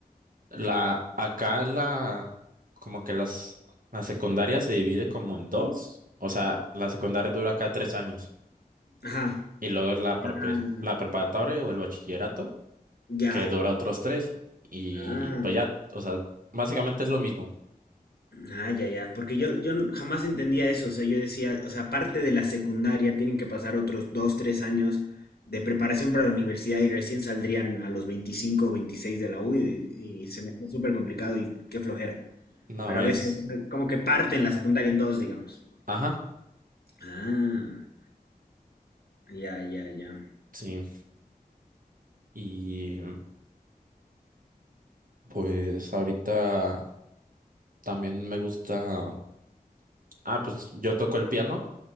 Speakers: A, on the right (about 60°); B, on the left (about 90°).
A: la, acá la, como que las, la secundaria se divide como en dos. O sea, la secundaria dura acá tres años.
B: Ajá.
A: Y luego la,
B: Ah,
A: prepre- la preparatoria o el bachillerato,
B: ya.
A: que dura otros tres. Y
B: Ah.
A: pues ya, o sea, básicamente es lo mismo.
B: Ah, ya, ya. Porque yo, yo n- jamás entendía eso. O sea, yo decía, o sea, aparte de la secundaria, tienen que pasar otros dos, tres años de preparación para la universidad y recién saldrían a los 25 o 26 de la U y, y se me hacía súper complicado y qué flojera.
A: No
B: Pero
A: es,
B: a veces, eh, como que parten la secundaria en dos, digamos.
A: ajá,
B: Ah, ya, ya, ya.
A: sí. Y pues ahorita. También me gusta. Ah, pues yo toco el piano.